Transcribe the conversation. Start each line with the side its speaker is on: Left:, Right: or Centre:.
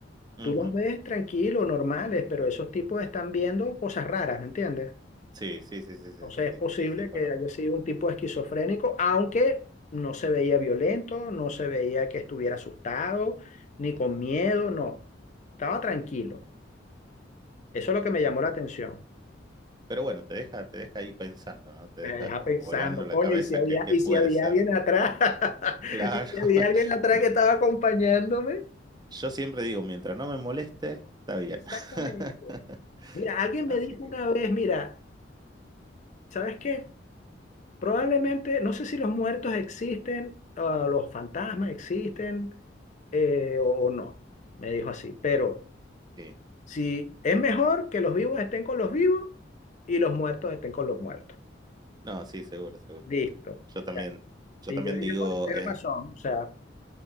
Right: Ujú,
Left: Tú los ves tranquilos, normales, pero esos tipos están viendo cosas raras, ¿me entiendes?
Right: Sí, sí, sí, sí, sí,
Left: Entonces
Right: sí, sí,
Left: es posible
Right: sí, sí, conozco.
Left: que haya sido un tipo esquizofrénico, aunque no se veía violento, no se veía que estuviera asustado, ni con miedo, no. Estaba tranquilo. Eso es lo que me
Right: Sí.
Left: llamó la atención.
Right: Pero bueno, te deja, te deja ahí pensando, ¿no? Te
Left: Me
Right: deja
Left: deja
Right: como
Left: pensando,
Right: volando
Left: coño,
Right: la cabeza
Left: y si había,
Right: que qué
Left: y
Right: puede
Left: si había
Right: ser.
Left: alguien atrás, <laughs>
Right: Claro.
Left: y si había
Right: <laughs>
Left: alguien atrás que estaba acompañándome.
Right: Yo siempre digo, mientras no me moleste, está bien.
Left: Exactamente.
Right: <laughs>
Left: Mira, alguien
Right: Así
Left: me dijo
Right: que
Left: una vez, mira, ¿sabes qué? Probablemente, no sé si los muertos existen, ah, los fantasmas existen eh, o, o no, me dijo así, pero
Right: sí.
Left: si es mejor que los vivos estén con los vivos y los muertos estén con los muertos.
Right: No, sí, seguro, seguro.
Left: Listo. O
Right: Yo también,
Left: sea,
Right: yo
Left: Y
Right: también
Left: yo dije,
Right: digo,
Left: coño, tiene
Right: eh,
Left: razón, o sea,